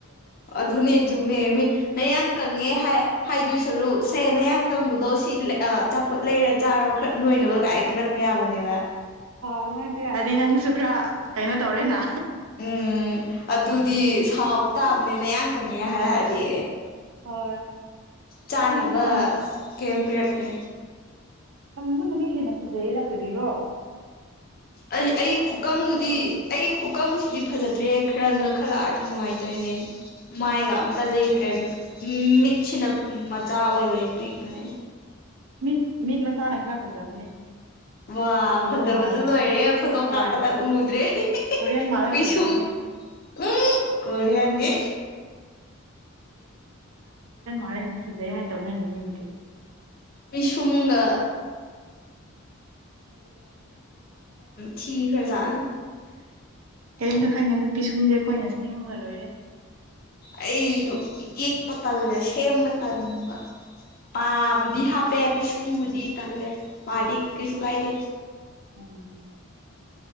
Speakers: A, on the left; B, on the right.
A: ꯑꯗꯨꯅꯦ ꯆꯨꯝ ꯃꯦꯝꯃꯤ ꯅ ꯌꯥꯝꯡ ꯀꯪꯉꯦ ꯍꯥꯏ ꯍꯥꯏꯗꯣꯏ ꯁꯔꯨꯛ ꯁꯦ ꯅꯌꯥꯡ ꯀꯪꯕꯗꯣ ꯁꯤ ꯆꯆꯥꯄꯣꯠ ꯂꯩꯔ ꯆꯥꯔꯣ ꯈꯔ ꯅꯣꯏꯅꯕ ꯀꯥꯏ ꯄꯤꯔꯛꯄ ꯌꯥꯏ ꯌꯥꯕꯅꯦꯕ
B: ꯑꯣ ꯑꯗꯨꯃꯥꯏꯅ ꯄꯤꯔꯛꯑꯗꯤ ꯅꯪꯁꯨ ꯈꯔ ꯀꯩꯅꯣ ꯇꯧꯔꯦꯅ
A: ꯎꯝ ꯑꯗꯨꯗꯤ ꯁꯥꯎꯕ ꯇꯥꯕꯅꯤ ꯃꯌꯥꯝ ꯀꯪꯉꯦ ꯍꯥꯏꯔꯛꯑꯗꯤ
B: ꯍꯣꯏ
A: ꯆꯥꯅꯕ
B: ꯑꯩꯗꯤ ꯀꯪ
A: ꯀꯔꯤꯝ ꯄꯤꯔꯛꯇꯦ
B: ꯁꯪꯕꯨꯅꯅꯦ ꯍꯦꯟꯅ ꯐꯖꯩꯌꯦ ꯂꯥꯛꯀꯔꯤꯔꯣ
A: ꯑꯩ ꯑꯩꯒꯤ ꯈꯨꯀꯪꯗꯨꯗꯤ ꯑꯩ ꯈꯨꯀꯪꯁꯤꯗꯤ ꯐꯖꯗ꯭ꯔꯦ ꯈꯔꯅ ꯈꯜꯂꯛꯑꯗꯤ ꯅꯨꯡꯉꯥꯏꯇꯣꯏꯅꯦ ꯃꯥꯏꯒ ꯑꯝꯇ ꯂꯩꯇ꯭ꯔꯦ ꯃꯤꯠꯁꯤꯅ ꯃꯆꯥ ꯑꯣꯏꯕꯅꯦ ꯄꯤꯛꯄꯅꯦ
B: ꯃꯤꯠ ꯃꯤꯠ ꯃꯆꯥꯅ ꯈꯔ ꯐꯖꯕꯅꯦ
A: ꯋꯥ
B: ꯈꯔ ꯀꯣꯔꯤꯌꯥꯟ
A: ꯐꯖꯕꯗ
B: ꯃꯥꯜꯂꯒ
A: ꯂꯣꯏꯔꯦ ꯐꯣꯇꯣ ꯀꯥꯞꯄꯗ
B: ꯍꯣꯏ
A: ꯎꯗ꯭ꯔꯦ
B: ꯀꯣꯔꯤꯌꯟ ꯃꯥꯜꯂꯒ
A: ꯄꯤꯁꯨꯡ
B: ꯐꯖꯕꯅꯦ
A: ꯎꯝ ꯀ‌ꯣꯔꯤꯌꯥꯟꯅꯤ
B: ꯍꯦ ꯍꯅꯖ ꯍꯥꯏꯅ ꯇꯧꯅꯦ ꯃꯤ
A: ꯄꯤꯁꯨꯝꯗꯥ ꯊꯤꯈ꯭ꯔꯖꯥꯠꯅꯤ
B: ꯀꯩꯃꯇꯥ ꯈꯥꯟꯒꯅ‌ꯣ ꯄꯤꯁꯨꯝꯗꯤ ꯑꯩꯈꯣꯏꯅ ꯁꯦꯝꯃꯒꯥ ꯂꯣꯏꯔꯦ
A: ꯑꯩꯗꯣ ꯌꯦꯛꯄ ꯇꯜꯂꯦ ꯁꯦꯝꯕ ꯇꯟꯕ ꯄꯥꯕꯨꯗꯤ ꯍꯥꯞ ꯄꯦ ꯄꯦ ꯁꯨꯡꯃꯗꯤ ꯇꯜꯂꯦ ꯋꯥꯔꯤꯗꯤ ꯀꯩꯁꯨ ꯀꯥꯏꯗ
B: ꯎꯝ